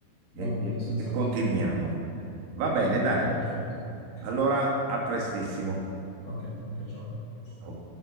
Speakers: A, on the right; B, on the left.
A: e
B: va
A: e-
B: bene, senz'altro.
A: e continuiamo. Va
B: Ok,
A: bene, dai,
B: ok, perfetto. Ok,
A: allora a prestissimo.
B: ok, ok, ciao. Fra.
A: Ok.